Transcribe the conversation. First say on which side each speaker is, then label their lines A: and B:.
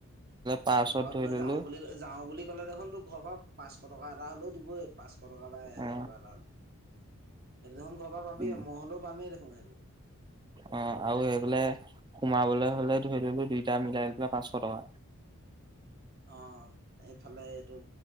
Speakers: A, on the right (about 20°); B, on the right (about 45°).
A: পাৰ্চত
B: আৰু
A: ধৰি
B: তই
A: ললো
B: যাও বুলি যাও বুলি ক'লে দেখোন তোক ঘৰ পৰা পাঁচশ টকা এটা হলেও দিবই পাঁচশ পাঁচশ টকা এটা এহেজাৰ
A: অ
B: টকা এটা সেইটো দেখোন ঘৰ পৰা পাবি
A: অ
B: ম হ'লেও পামেই দেখোন সেইটো
A: অ আৰু সেই গলে সোমাবলৈ হ'লে ধৰি ললো দুইটা মিলাই ললে পাঁচশ টকা
B: অঁ এইফালে এইটো